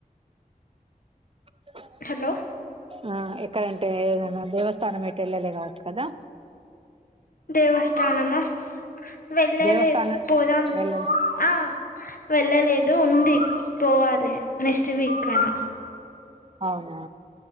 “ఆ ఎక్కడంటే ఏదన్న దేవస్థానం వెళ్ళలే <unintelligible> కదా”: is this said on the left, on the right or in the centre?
Right